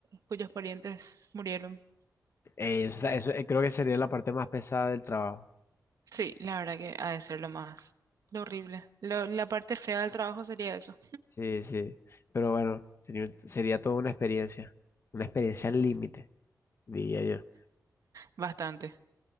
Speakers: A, on the right; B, on the left.
A: cuyos parientes murieron.
B: eh, o sea, eso, eh, creo que sería la parte más pesada del trabajo.
A: Sí, la verdad que ha de ser lo más, lo horrible. Lo- la parte fea del trabajo sería eso.
B: Sí, sí. Pero bueno, sería, sería toda una experiencia. Una experiencia al límite, diría yo.
A: Bastante.